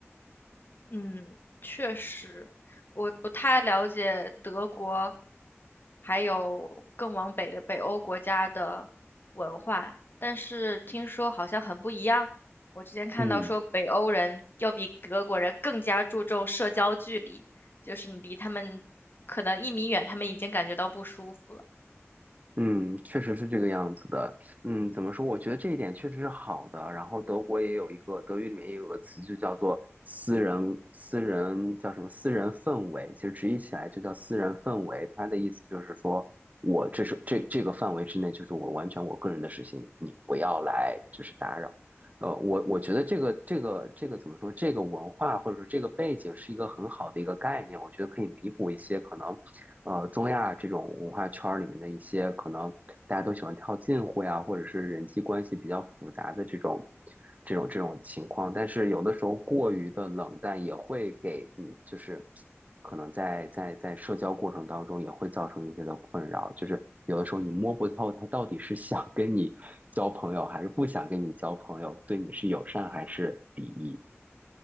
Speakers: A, on the left (about 50°); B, on the right (about 35°).
A: 嗯，确实，我不太了解德国，还有更往北的北欧国家的文化，但是听说好像很不一样。我之前看到说北欧人要比德国人更加注重社交距离，
B: 嗯
A: 就是你离他们可能一米远，他们已经感觉到不舒服了。
B: 嗯，确实是这个样子的，嗯，怎么说？我觉得这一点确实是好的。然后德国也有一个德语里面也有个词，就叫做私人私人叫什么私人氛围，其实直译起来就叫私人氛围。它的意思就是说我这是这这个范围之内，就是我完全我个人的事情，你不要来就是打扰。呃，我我觉得这个这个这个怎么说？这个文化或者说这个背景是一个很好的一个概念，我觉得可以弥补一些可能，呃，中亚这种文化圈儿里面的一些可能大家都喜欢套近乎呀，或者是人际关系比较复杂的这种这种这种情况。但是有的时候过于的冷淡也会给你就是可能在在在社交过程当中也会造成一些的困扰，就是有的时候你摸不透他到底是想跟你交朋友还是不想跟你交朋友，对你是友善还是敌意。